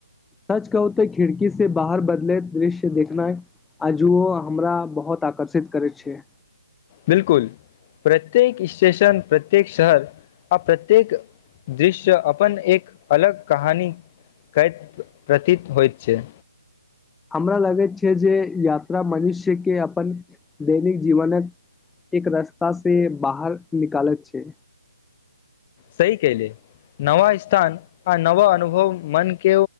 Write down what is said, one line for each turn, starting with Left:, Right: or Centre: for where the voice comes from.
Centre: सच कहूते खिड़की से बाहर बदले दृश्य देखनाए आ जुओ हमरा बहुत आकर्षित करे छैय
Left: बिलकुल प्रत्येक स्टेशन प्रत्येक शहर आ प्रत्येक दृश्य अपन एक अलग कहानी करैत प्रतीत होइत छै
Centre: हमरा लगैत छै जे यात्रा मनुष्य के अपन दैनिक जीवनक एक रास्ता से बाहर निकालैत छै
Left: सही केहले नवा स्थान आ नव अनुभव मन के